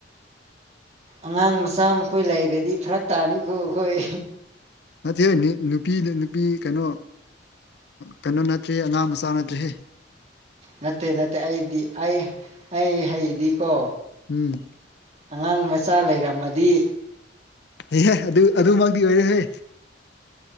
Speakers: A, on the right (about 40°); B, on the left (about 65°).
A: ꯑꯉꯥꯡ ꯃꯆꯥ ꯃꯈꯣꯏ ꯂꯩꯔꯗꯤ ꯐꯔꯛ ꯇꯥꯅꯤꯈꯣ ꯑꯩꯈꯣꯏ
B: ꯅꯠꯇꯦꯍꯦ ꯅꯨꯄꯤ ꯅꯨꯄꯤ ꯀꯩꯅꯣ ꯀꯩꯅꯣ ꯅꯠꯇ꯭ꯔꯦ ꯑꯉꯥꯡ ꯃꯆꯥ ꯅꯠꯇ꯭ꯔꯦꯍꯦ
A: ꯅꯠꯇꯦ ꯅꯠꯇꯦ ꯑꯩꯗꯤ ꯑꯩ ꯑꯩ ꯍꯩꯗꯤꯀꯣ
B: ꯎꯝ
A: ꯑꯉꯥꯡ ꯃꯆꯥ ꯂꯩꯔꯝꯃꯗꯤ
B: ꯑꯦꯍꯦ ꯑꯗꯨ ꯑꯗꯨꯃꯛꯇꯤ ꯑꯣꯏꯗꯦ ꯍꯦ